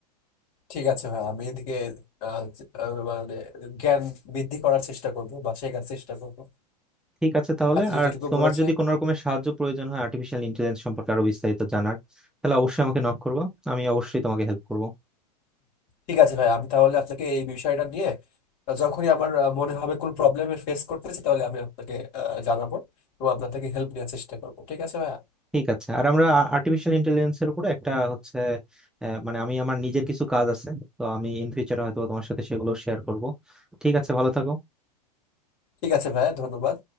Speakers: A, on the left; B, in the centre.
A: ঠিক আছে ভাইয়া আমি এদিকে আহ, আহ, মানে জ্ঞান বৃদ্ধি করার চেষ্টা করবো বা শেখার চেষ্টা করবো
B: ঠিক আছে তাহলে
A: আপনি যতটুকু
B: আর তোমার
A: বলেছেন
B: যদি কোনো রকমের সাহায্য প্রয়োজন হয় আর্টিফিশিয়াল ইন্টেলিজেন্স সম্পর্কে আরো বিস্তারিত জানার তাহলে অবশ্যই আমাকে নক করবো আমি অবশ্যই তোমাকে হেল্প করবো
A: ঠিক আছে ভাই আমি তাহলে আপনাকে এই বিষয়টা নিয়ে আহ, যখনই আমার আহ, মনে হবে কোনো প্রবলেমের ফেস করতেছি তাহলে আমি আপনাকে আহ, জানাবো এবং আপনার থেকে হেল্প নেওয়ার চেষ্টা করবো ঠিক আছে ভাইয়া
B: ঠিক আছে আর আমরা আর্টিফিশিয়াল ইন্টেলিজেন্সের উপরে একটা হচ্ছে আহ, মানে আমি আমার নিজের কিছু কাজ আছে তো আমি ইন ফিউচারে হয়তো তোমার সাথে সেগুলো শেয়ার করব ঠিক আছে ভালো থাকো
A: ঠিক আছে ভাইয়া ধন্যবাদ